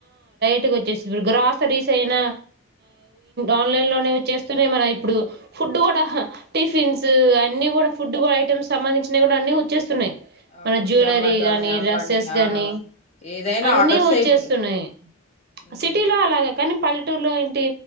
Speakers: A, on the right (about 50°); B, on the left (about 30°).
A: ఇంటి వచ్చేసు గ్రాసరీస్ అయినా ఆన్లైన్ లోనే వచ్చేస్తున్నాయి మన ఇప్పుడు ఫుడ్ కూడా టిఫిన్స్ అన్ని కూడా ఫుడ్ ఐటమ్స్ సంబంధించినవి కూడా అన్ని వచ్చేస్తున్నాయ్
B: అవును
A: మన జ్యువెలరీ
B: జొమాటో
A: గాని
B: అని అవ్వని
A: డ్రెస్సెస్
B: ఆ
A: గాని
B: ఏదైనా
A: అన్ని
B: ఆర్డర్సే
A: వచ్చేస్తున్నాయి
B: ఇప్పుడు ఉమ్
A: సిటీలో అలాగే కానీ పల్లె టుర్ లో ఏంటి